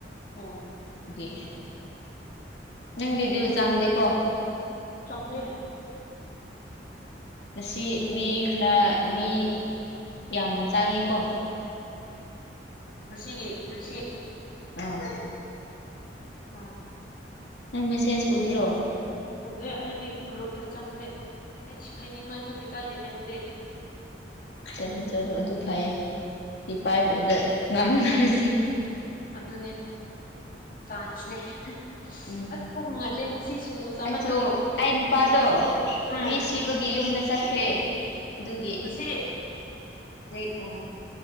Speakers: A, on the left; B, on the left.
A: ꯑꯣ
B: ꯑꯗꯨꯗꯒꯤꯦ ꯅꯪꯒꯤꯗꯤ ꯆꯥꯡꯗꯦꯀꯣ
A: ꯆꯪꯗ
B: ꯉ ꯃꯤ ꯈꯔ ꯃꯤ ꯌꯥꯝ ꯆꯥꯡꯉꯤꯀꯣ
A: ꯃꯁꯤꯒꯤ ꯉꯁꯤ
B: ꯑ
A: ꯑꯥ
B: ꯅ ꯃꯦꯁꯦꯖ ꯎꯠꯇ꯭ꯔꯣ
A: ꯎꯗꯦ ꯑꯩꯗꯤ ꯒ꯭ꯔꯨꯞꯇ ꯆꯪꯗꯦ ꯑꯩ ꯁꯐꯥꯏꯅꯤꯡ ꯃꯟꯕꯒꯤ ꯆꯠꯂꯤꯅꯦ ꯍꯧꯖꯤꯛ
B: ꯆꯠꯂꯨ ꯆꯠꯂꯨ ꯑꯗꯨ ꯐꯩꯌꯦ ꯁꯤ ꯄꯥꯏꯕꯗ ꯉꯥꯡꯒꯗꯧꯔꯤꯁꯤꯦ
A: ꯑꯗꯨꯅꯦ ꯆꯥꯟꯁꯅꯦ
B: ꯎꯝ
A: ꯑꯁ ꯄꯨꯛ ꯅꯨꯡꯉꯥꯏꯇꯦ ꯉꯁꯤ ꯁꯤꯡꯖꯨ ꯆꯥꯃꯟꯕꯒꯤ
B: ꯑꯩꯁꯨ ꯑꯩ ꯅꯨꯄꯥꯗꯣ
A: ꯎꯝ
B: ꯃꯤ ꯁꯤꯕꯒꯤ ꯌꯨꯝꯗ ꯆꯠꯈ꯭ꯔꯦ ꯑꯗꯨꯒꯤ
A: ꯉꯁꯤ
B: ꯍꯧꯖꯤꯛ ꯎꯝ